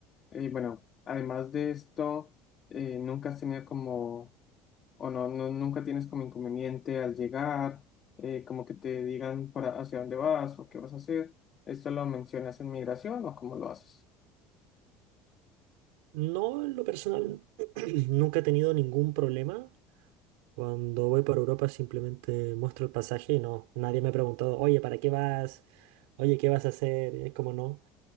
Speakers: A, on the left; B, on the right.
A: eh, bueno, además de esto, eh, nunca has tenido como, o no, no- nunca tienes como inconveniente al llegar, eh, como que te digan para hacia dónde vas o qué vas a hacer. ¿Esto lo mencionas en migración o cómo lo haces?
B: No, en lo personal, <clears throat> nunca he tenido ningún problema. Cuando voy por Europa simplemente muestro el pasaje y no, nadie me ha preguntado, oye, ¿para qué vas? Oye, ¿qué vas a hacer? Es como no.